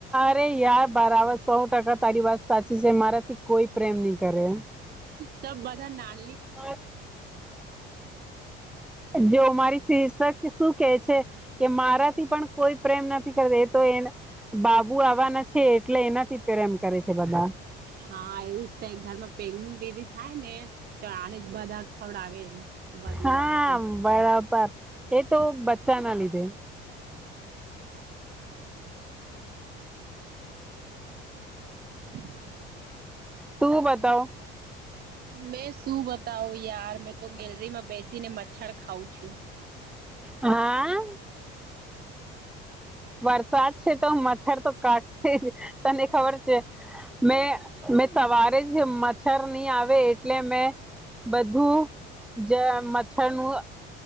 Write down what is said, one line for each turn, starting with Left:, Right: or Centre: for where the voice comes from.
Centre: અરે યાર બારબર સો ટકા તારી વાત સાચી છે મારાથી કોઈ પ્રેમ ની કરે.
Right: સબ બધા ના.
Centre: <unintelligible> જો મારી <unintelligible> શું કે છે? કે મારાથી પણ કોઈ પ્રેમ નથી કર એ તો એ બાબુ આવવાના છે એટલે એનાથી જ પ્રેમ કરે છે બધા.
Right: હા એવું જ થાય ઘરમાં પેલુ બેબી થાય ને તો આને બધા ખવડાવે છે બધું
Centre: હા
Right: વસ્તુ.
Centre: બરાબર એ તો બચ્ચા ના લીધે.
Right: <inaudible>
Centre: તું બતાવ.
Right: મેં શું બતાવુ યાર મેં તો ગેલરીમાં બેસી ને મચ્છર ખાઉં છું.
Centre: હા. વરસાદ છે તો મચ્છર તો કાટશે જ તને ખબર છે મેં મેં સવારે છે મચ્છર ની આવે એટલે મેં બધું જ મચ્છર નું